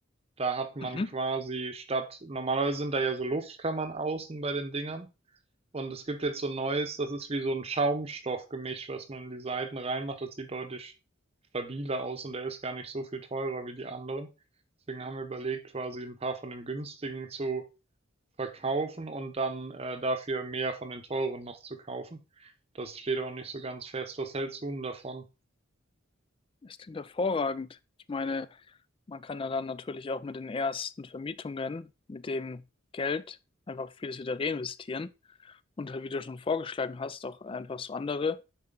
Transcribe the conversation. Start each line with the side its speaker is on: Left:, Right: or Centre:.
Right: Da hat man
Left: Mhm.
Right: quasi statt, normalerweise sind da ja so Luftkammern außen bei den Dingern. Und es gibt jetzt so 'n neues, das ist wie so ein Schaumstoffgemisch, was man in die Seiten reinmacht. Das sieht deutlich stabiler aus und der ist gar nicht so viel teurer wie die anderen. Deswegen haben wir überlegt, quasi ein paar von den günstigen zu verkaufen und dann, äh, dafür mehr von den teuren noch zu kaufen. Das steht auch nicht so ganz fest. Was hältst du 'n davon?
Left: Das klingt hervorragend. Ich meine, man kann ja dann natürlich auch mit den ersten Vermietungen, mit dem Geld einfach vieles wieder reinvestieren und halt, wie du schon vorgeschlagen hast, auch einfach so andere